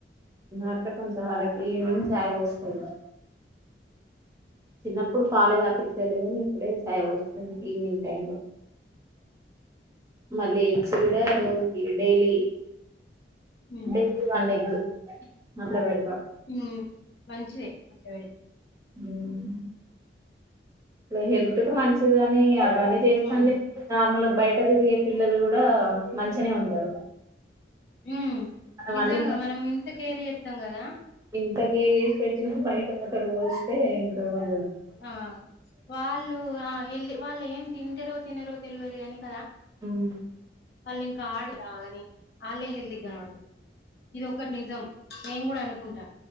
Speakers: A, on the right; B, on the left.
A: అట్లా కొంచెం వాళ్ళకి ఈవినింగ్ చఛాయ్ వస్తుంది చిన్నప్పుడు పాలే దాపించలేదని ఇప్పుడే చాయ్ పోస్తుంది ఈవినింగ్ టైమ్ లో మళ్ళీ ఎగ్స్ కూడా రోజుకి డైలీ
B: ఉమ్
A: డైలీ వన్ ఎక్ మట్లా పెడ్తామ్
B: ఉ మంచిదే అట్లా పెడితే
A: ఉమ్మ్ హెల్త్ కి మంచిది కానీ అవన్నీ చేస్తానులే
B: ఉమ్
A: నార్మల్ బయట తిరిగే పిల్లలు కూడా మంచినే ఉంటారు
B: ఉ
A: మనం
B: నిజంగా
A: అన్ని
B: మనం ఇంత కేర్ చేస్తాం కదా
A: ఇంతకే చేసి పెట్నా బయట అతడు పోలిస్తే ఇంకా కొం
B: ఆ వాళ్ళు ఆ హల్ వాళ్ళు ఏం తింటారో తినరో తెలియదు కాగాని కదా
A: మ్మ్
B: వళిక ఆడదవగని అల్లేే హల్దగా కనవడతారు ఇది ఒకక్కటి నిజం నేం కూడా అనుకుంటా